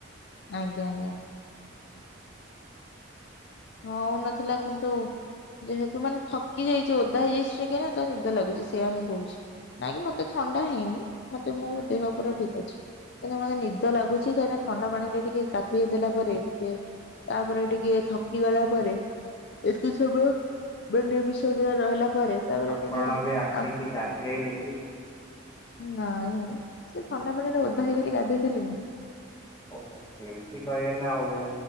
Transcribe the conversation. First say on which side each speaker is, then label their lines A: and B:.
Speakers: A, on the left; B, on the left.
A: ଆଜ୍ଞା ଆଜ୍ଞା। ହଉନଥିଲା କିନ୍ତୁ। ଯେହେତୁ ମାନେ ଥକି ଯାଇଚି ଓଦା ହେଇଯାଇଛି ଟିକେ ନା ତ ନିଦ ଲାଗୁଚି ସେୟା ମୁଁ କହୁଛି। ନାଇଁ କି ମତେ ଥଣ୍ଡା ହେଇନି ମତେ ମୋ ଦେହ ପୁରା ଠିକ୍ ଅଛି। ମାନେ ନିଦ ଲାଗୁଚି କାହିଁକିନା ଥଣ୍ଡା ପାଣିରେ ଟିକେ ଗାଧେଇ ଦେଲା ପରେ ଟିକେ। ତାପରେ ଟିକେ ଥକ। କି ଗଲା ପରେ ଏତି ବନ୍ୟ ବିଶ୍ୱବିଦ୍ୟାଳୟରେ ରହିଲା ପରେ। ତାପରେ
B: ଆପଣ
A: ଟିକେ ଆମ୍ପ।
B: ବି ଆସିକି <unintelligible>
A: ନାଇଁ ସେ ଥନା ପାଣିରେ ଓଦା ହେଇଗଲି ଗାଧେଇଥିଲିନି।
B: ଓହୋ ଏମ୍ତି କହିବେନା ଆଉ ମୁଁ।